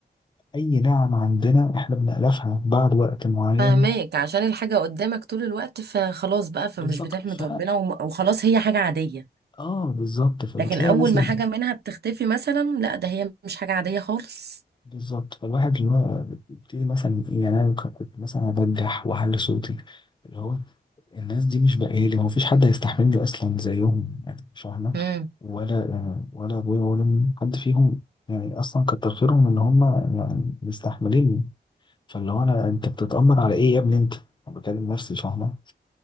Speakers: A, on the left; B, on the right.
A: اي نعم عندنا احنا بنألفها بعد وقت معين
B: فاهماك عشان الحاجة قدامك طول الوقت فخلاص بقى فمش
A: بالظبط
B: بتحمد
A: ف
B: ربنا وم- وخلاص هي حاجة عادية
A: اه بالظبط فبتلاقي
B: لكن أول
A: مثلا
B: ما حاجة منها بتختفي مثلا لا ده هي مش حاجة عادية خالص
A: بالظبط فالواحد اللي هو بيبتدي مثلا يعني انا كنت مثلا ابجح واعلي صوتي اللي هو الناس دي مش بقالي هو مفيش حد هيستحملني اصلا زيهم يعني مش فاهمة
B: امم
A: ولا ولا ابويا ولا أمي، حد فيهم يعني اصلا كتر خيرهم ان هم يعني مستحمليني فاللي هو انا انت بتتأمر على ايه يا ابني انت انا بكلم نفسي فاهمة